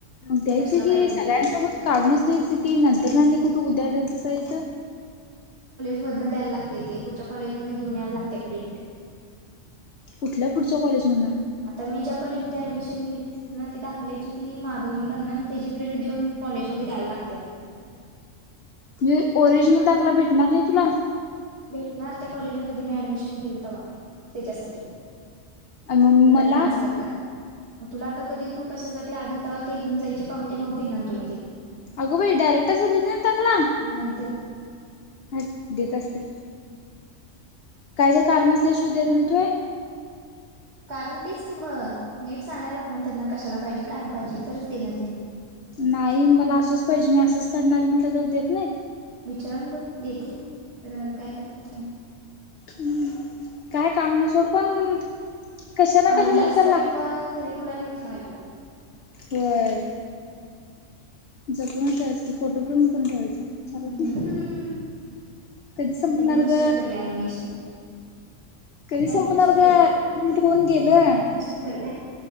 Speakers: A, on the left; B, on the right.
A: मग द्यायच
B: कशाला
A: कि
B: पाहिजेल
A: सगळ्यांसोबत
B: ते
A: काढूनच घ्यायचं की नंतर आणि कुठ उद्याडात बसायचं.
B: मधन द्याय लागतंय ते, पुढच्या कॉलेज मधन घेऊन यायला लागत्याय प्रिंट.
A: कुठल्या पुढच्या कॉलेज मधन म्हणजे
B: आता मी ज्या कॉलेजमधी ऍडमिशन घेल तिथन ती दाखल्याची ती मागवणी करणानं त्याची प्रिंट देऊन कॉलेजमधी द्याया लागत्या.
A: जे ओरिजनल दाखला भेटणार नही तुला?
B: भेटणार त्या कॉलेजला कधी मी ऍडमिशन केल तवा त्येच्यासाठी
A: आणि मग
B: तिथ
A: मला
B: ट्रान्सफर कराय म तुला आता कधी तू कशासाठी लागल तवा ते घिऊन जायची पावती मग देनार तुला ते.
A: अगो बई डयरेक्ट असदेत नाईत दाकला
B: नाही दे
A: अ देत असतील काय ज कारण असल्याशिय देत नाय होय
B: कारण तेच कि म नीट सांगाय लागणान त्यांना कशाला पाहिजे काय पाहिजे तरच देनार
A: नाई मला असंच पाहिजे मी असंच करणार मं ते जर देत नईत?
B: विचारून बघ देतील तर काय करतील ते
A: हम् काय काम नाही सोड पण कशा ना
B: आणलाच
A: कशासाठी तर
B: तरी
A: लाग
B: मग जरी तुला नीट ठेवाय लागल.
A: होय जपूनच ठेवायंच की फोटो पण करून ठेवायचा. सरक
B: हम्म
A: की कधी संपणार
B: लॅमिनेशन
A: ग,
B: कर लॅमिनेशन
A: कधी
B: लॅमिनेशन
A: संपणार ग
B: कर
A: ठेऊन गेलं
B: लॅमिनेशन कर काय